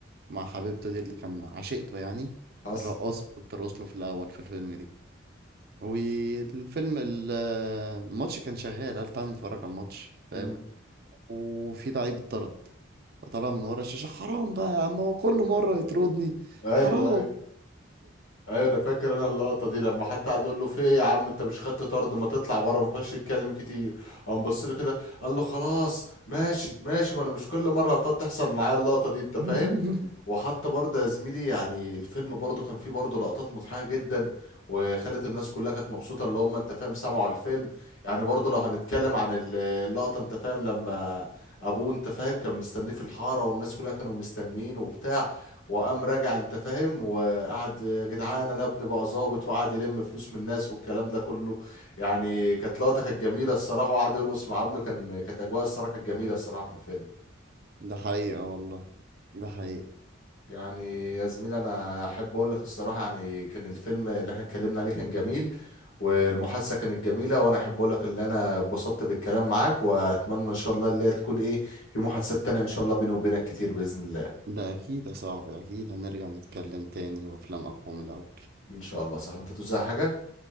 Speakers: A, on the right; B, on the left.
A: مع حبيبته دي اللي كان عشيقته يعني
B: حصل
A: الرقاصة اللي بترقص له في الأول في الفيلم دي والفيلم ال- الماتش كان شغال قال تعالى نتفرج على الماتش فاهم
B: مم.
A: وفي لعيب اتطرد فطلع من ورا الشاشة حرام بقى يا عم هو كل مرة يطردني
B: ايوه
A: حرام
B: اي ايوه انا فاكر انا اللقطه دي لما حتى قعد يقول له في ايه يا عم انت مش خدت طرد ما تطلع بره ما تخش تتكلم كتير قام بص له كده قال له خلاص ماشي ماشي ما انا مش كل مره هتقعد تحصل معايا اللقطه دي انت فاهم
A: <laughs>
B: وحتى برضه يا زميلي يعني الفيلم برضه كان فيه برضه لقطات مضحكه جدا وخلت الناس كلها كانت مبسوطه اللي هم انت فاهم سمعوا الفيلم يعني برضه لو هنتكلم عن ال- اللقطه انت فاهم لما ابوه انت فاهم كان مستنيه في الحاره والناس كلها كانوا مستنيين وبتاع وقام راجع انت فاهم قعد يا جدعان انا ابني بقى ظابط وقعد يلم فلوس من الناس والكلام ده كله يعني كانت لقطه كانت جميله الصراحه وقعد يرقص مع ابنه كان كانت اجواء الصراحه كانت جميله الصراحه في الفيلم
A: ده حقيقة والله ده حقيقة
B: يعني يا زميلي انا احب اقول لك الصراحه يعني كان الفيلم اللي احنا اتكلمنا عليه كان جميل والمحادثه كانت جميله وانا احب اقول لك ان انا اتبسطت بالكلام معاك واتمنى ان شاء الله اللي هي تكون ايه في محادثات تانية ان شاء الله بيني وبينك كتير باذن الله
A: ده أكيد يا صاحبي أكيد هنرجع نتكلم تاني وأفلام أقوى من الأول
B: ان شاء الله صح انت توزع حاجه